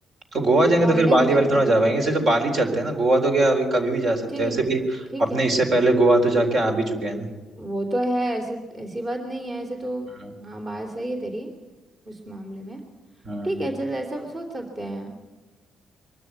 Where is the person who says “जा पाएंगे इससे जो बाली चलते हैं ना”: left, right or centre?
Right